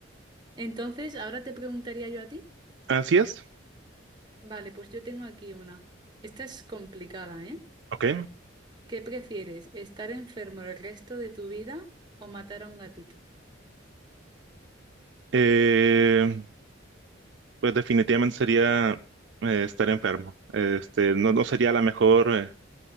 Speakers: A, on the right; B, on the right.
A: Entonces, ahora te preguntaría yo a ti.
B: Así es.
A: Vale, pues yo tengo aquí una. Esta es complicada, ¿eh?
B: Ok.
A: ¿Qué prefieres, estar enfermo el resto de tu vida o matar a un gatito?
B: Eh, pues definitivamente sería eh, estar enfermo. Este, no, no sería la mejor, eh,